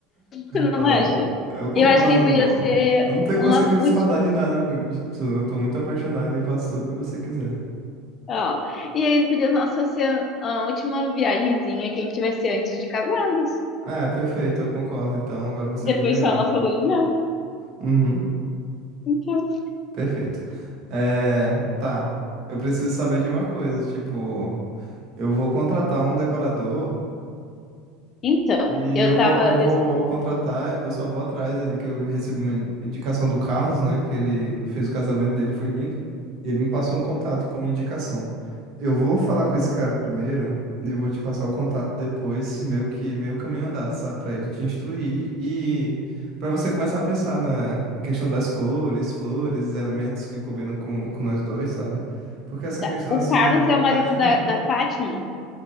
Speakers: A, on the left (about 35°); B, on the right (about 50°).
A: Tu não
B: Ó,
A: acha?
B: eu concordo,
A: Eu acho que podia
B: amor.
A: ser
B: Eu não tenho, consigo
A: uma
B: discordar
A: última.
B: de nada de tu. Eu tô muito apaixonado e eu faço tudo que você quiser.
A: Ó. E aí podia nossa ser a última viagenzinha que a gente vai ser antes de casados.
B: Ah, perfeito, eu concordo. Então agora você
A: Depois
B: me ganhou.
A: só a nossa lua de mel.
B: Uhum,
A: Então.
B: perfeito. É, tá. Eu preciso saber de uma coisa, tipo, eu vou contratar um decorador,
A: Então,
B: E
A: eu
B: eu vou,
A: tava.
B: eu vou contratar, eu só vou atrás ali que eu recebi uma indicação do Carlos, né? Que ele fez o casamento dele, foi lindo. E ele me passou um contato como indicação. Eu vou falar com esse cara primeiro e vou te passar o contato depois, meio que meio caminho andado, sabe? Pra ele te instruir e pra você começar a pensar na questão das cores, flores, elementos que combinam com, com nós dois, sabe? Porque essa
A: Tá.
B: questão
A: O
B: assim,
A: Carlos
B: de
A: é o marido
B: estética,
A: da, da Fátima?